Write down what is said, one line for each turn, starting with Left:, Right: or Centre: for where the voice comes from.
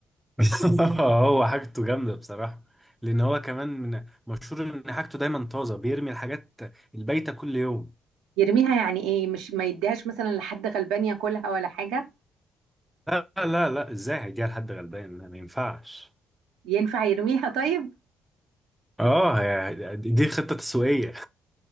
Centre: <laughs> هو حاجته جامده بصراحه لان هو كمان من مشهور ان حاجته دايما طازه بيرمي الحاجات البايته كل يوم
Right: يرميها يعني ايه مش ما يديهاش مثلا لحد غلبان ياكلها ولا حاجة
Centre: لا لا لا ازاي هيديها لحد غلبان ما ينفعش
Right: ينفع يرميها طيب
Centre: اه هي دي دي خطة تسويقية